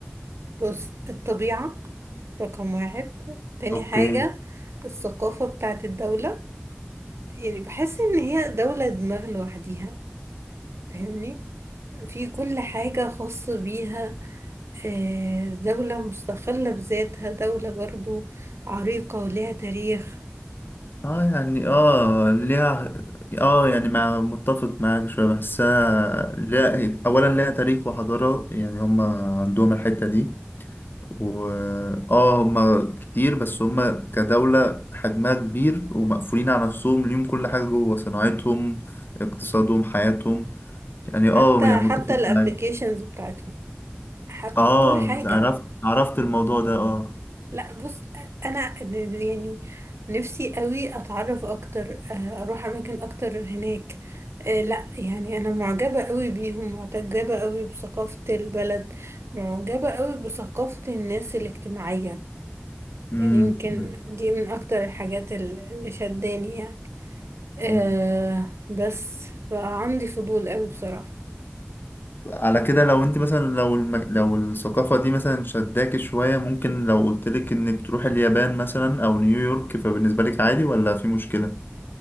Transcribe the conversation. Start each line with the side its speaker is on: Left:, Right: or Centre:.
Right: بص الطبيعه رقم واحد تاني
Left: اوكي
Right: حاجه الثقافه بتاعت الدوله يعني بحس ان هي دوله دماغ لوحديها فاهمني في كل حاجة خاصة بيها آه، دولة مستقلة بذاتها دولة برضو عريقة ولها تاريخ
Left: اه يعني اه ليها اه يعني مع متفق معاك شوية بحسها لا اولا ليها تاريخ وحضارة يعني هم عندهم الحتة دي و اه هم كتير بس هم كدولة حجمها كبير ومقفولين على نفسهم ليهم كل حاجة جوه صناعتهم اقتصادهم حياتهم يعني اه
Right: حتى
Left: يعني
Right: حتى
Left: متفق
Right: الابليكيشنز
Left: معاك
Right: بتاعتهم حتى
Left: اه
Right: كل حاجة
Left: عرفت عرفت الموضوع ده اه
Right: لا بص أنا يعني نفسي قوي أتعرف أكتر آه، أروح أماكن أكتر هناك آه، لا يعني أنا معجبة قوي بيهم معجبة قوي بثقافة البلد معجبة قوي بثقافة الناس الاجتماعية
Left: امم
Right: يعني يمكن
Left: امم،
Right: دي من اكتر الحاجات ال- اللي شداني يعني أه
Left: امم.
Right: بس فعندي فضول قوي بصراحة
Left: على كده لو انت مثلا لو الم... لو الثقافة دي مثلا شداكي شوية ممكن لو قلتلك انك تروح اليابان مثلا او نيويورك فبالنسبة لك عادي ولا في مشكلة؟